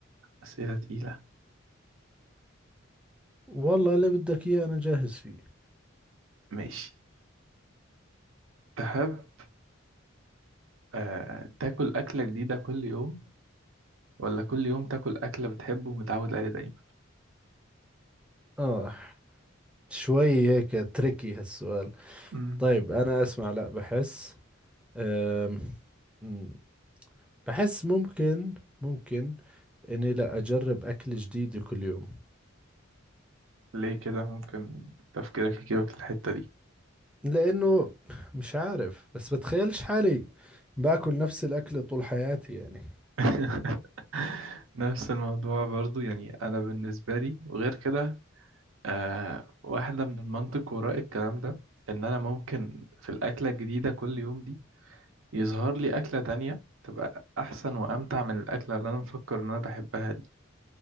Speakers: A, on the right; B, in the centre.
A: أسئلة تقيلة
B: والله اللي بدك اياه انا جاهز فيه
A: ماشي تحب آه، تاكل أكلة جديدة كل يوم ولا كل يوم تاكل أكلة بتحبه ومتعود عليه دايما
B: اه شوي هيك تريكي هالسؤال
A: مم.
B: طيب انا اسمع لا بحس أم... مم، بحس ممكن ممكن اني لا اجرب اكل جديد كل يوم
A: ليه كده ممكن تفكيرك يجيبك الحتة دي
B: لأنه مش عارف بس بتخيلش حالي باكل نفس الأكل طول حياتي يعني
A: <laughs> نفس الموضوع برضو يعني أنا بالنسبة لي وغير كده آه، واحدة من المنطق وراء الكلام ده إن أنا ممكن في الأكلة الجديدة كل يوم دي يظهر لي أكلة تانية تبقى أحسن وأمتع من الأكلة اللي أنا مفكر إن أنا بحبها دي